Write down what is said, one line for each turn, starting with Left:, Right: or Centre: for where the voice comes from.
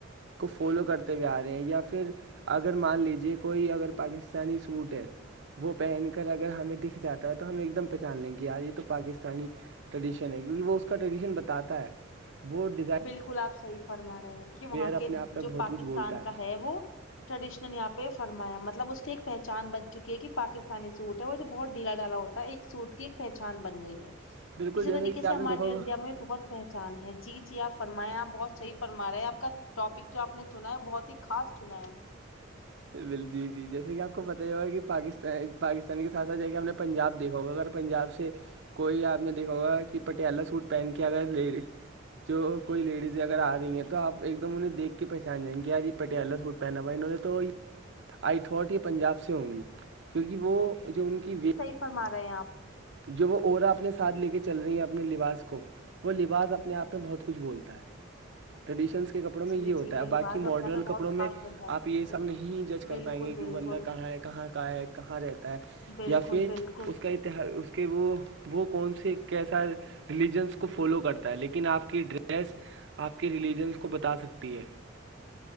Right: کو فالو کرتے ہوئے آ رہے ہیں یا پھر اگر مان لیجیے کوئی اگر پاکستانی سوٹ ہے وہ پہن کر اگر ہمیں دکھ جاتا تو ہم ایک دم پہچان لیں گےیار یہ تو پاکستانی ٹریڈیشن ہے کیونکہ وہ اس کا ٹریڈیشن بتاتا ہے وہ ڈیزائڈ
Left: بالکل آپ صحیح فرما رہے ہیں کہ وہاں
Right: اپنے
Left: کے
Right: آپ میں
Left: جو
Right: بہت
Left: پاکستان
Right: کچھ بولتا
Left: کا ہے وہ ٹریڈیشنل یہاں پہ فرمایا مطلب اس کی ایک پہچان بن چکی ہے کہ پاکستانی سوٹ ہے اور یہ بہت ڈھیلا ڈالا ہوتا ہے ایک سوٹ کی ایک پہچان بن گئی ہے
Right: بالکل
Left: اسی
Right: جیسے
Left: طریقے
Right: کہ
Left: سے
Right: آپ
Left: ہمارے
Right: نے دیکھا ہوگا
Left: انڈیا میں بہت پہچان ہے جی جی آپ فرمائیں آپ بہت صحی فرما رہے ہیں آپ کا ٹاپک جو آپ نے چنا ہے بہت ہی خاص چنا ہے
Right: جی جی جیسے کہ آپ کو پتا ہی ہوگا کہ پاکستان پاکستان کے ساتھ ساتھ جیکھے ہم نے پنجاب دیکھا ہوگا اگر پنجاب سے کوئی آپ نے دیکھا ہوگا کہ پٹیالہ سوٹ پہن کے اگر لے ل جو کوئی لیڈیز اگر آ رہی ہیں تو آپ ایک دم انہیں دیکھ کے پہچان جائیں گے یار یہ پٹیالہ سوٹ پناو تو آئی تھٹ یہ پنجاب سے ہوں گی کیونکہ وہ جو ان کی وی
Left: فما رہے ہیں آپ
Right: جو وہ اورا اپنے ساتھ لے کے چل رہی ہیں اپنے لباس کو وہ لباس اپنے آپ میں بہت کچھ بولتا ہے ٹریڈیشنس کے کپڑوں میں
Left: جی
Right: یہ ہوتا
Left: جی وہ
Right: ہے
Left: لباس
Right: باقی ماڈرن
Left: اپنے آپ
Right: کپڑوں
Left: بہت
Right: میں
Left: خاص بن جاتا
Right: آپ یہ
Left: ہے
Right: سب نہیں جچ کر
Left: بالکل
Right: پائیں گے
Left: بالکل
Right: کہ وہ بندر کہاں ہے کہاں کا ہے کہاں رہتا ہے
Left: بالکل
Right: یا پھر
Left: بالکل
Right: اس کا اتہ اس کہ وہ وہ کون سے کیسا ریلیجنس کو فالو کرتا ہے لیکن آپ کی ڈریس آپ کے ریلیجنس کو بتا سکتی ہے